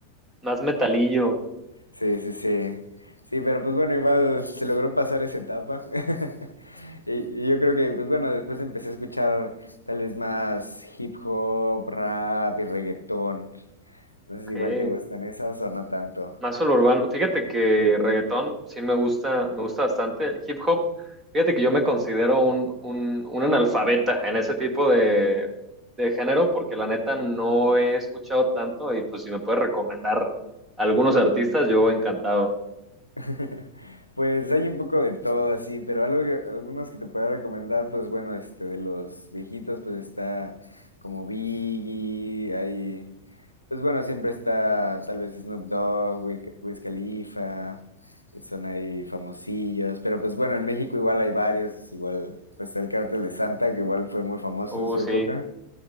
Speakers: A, on the right; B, on the left.
A: más metalillo,
B: Sí, sí, sí. Sí, pero pues bueno, igual se logró pasar esa etapa. <laughs> Y, y yo creo que, pues bueno, después empecé a escuchar tal vez más hip hop, rap y reggaetón. Entonces
A: ok.
B: igual te gustan esas o no tanto.
A: Más el urbano. Fíjate que reggaetón sí me gusta, me gusta bastante. Hip hop, fíjate que yo me
B: Ujú,
A: considero un, un, un analfabeta en ese tipo de, de género, porque la neta no
B: ujú,
A: he escuchado tanto y pues si me puedes recomendar algunos artistas, yo
B: eh.
A: encantado.
B: <laughs> Pues hay un poco de todo así, pero algo que- algunos que te puedo recomendar, pues bueno, este, de los viejitos, pues está como Biggie, hay, pues bueno, siempre está tal vez Snoop Dogg, Wiz Wiz Khalifa, que son ahí famosillos, pero pues bueno, en México igual hay varios, igual, pues está el Cártel de Santa, que igual fue muy famoso
A: Uh,
B: en su
A: sí.
B: época,